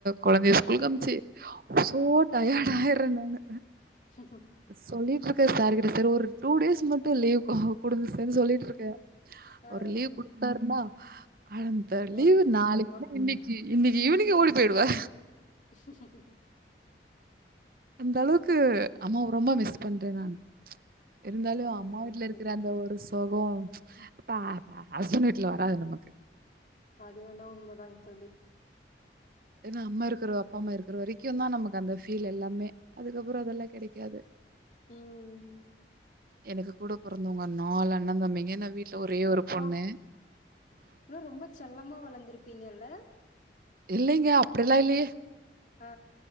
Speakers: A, on the right; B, on the left.
A: கொழந்தைய ஸ்கூல் அனுப்ச்சு சோ டயர்ட் ஆயர்றேன் நானு
B: ம் ம்
A: சொல்லிட்டு இருக்க சார்கிட்ட சார் ஒரு டூ டேஸ் மட்டு லீவ் குடுங்க சார்ன்னு சொல்லிட்டு இருக்கே
B: ஆ
A: அவர் லீவ் குடுத்தாருனா அந்த
B: ஓடிட்டு
A: லீவ்
B: ஓடியாந்தரலா
A: நாளைக்னா இன்னைக் இ இன்னைக்கு ஈவினிங்கே ஓடி போயிடுவே
B: அஅஅஅ
A: அந்த அளவுக்கு அம்மாவ ரொம்ப மிஸ் பண்றே நா ப்ச் இருந்தாலு
B: ஆமா
A: அம்மா
B: ஆமாங்க
A: வீட்ல இருக்கிற
B: தோழி
A: அந்த ஒரு சு கோ பா பா ஹஸ்பன்ட் வீட்ல வராது நமக்கு
B: அது வேணா உண்மதாங்க தோழி
A: ஏன்னா அம்மா இருக்குற அப்பா அம்மா இருக்குற வரைக்கியு தா நமக்கு அந்த ஃபீல் எல்லாமே அதுக்கப்புறே அதெல்லா கெடைக்காது
B: ம் ம்
A: எனக்கு கூட பொறந்தவங்க நாலு அண்ணா தம்பிங்க நா வீட்ல ஒரே ஒரு
B: அப்பா
A: பொண்ணு
B: ஆனா ரொம்ப செல்லமா வளந்திருப்பீங்கல்ல
A: இல்லைங்க அப்படில்லா இல்லயே
B: அ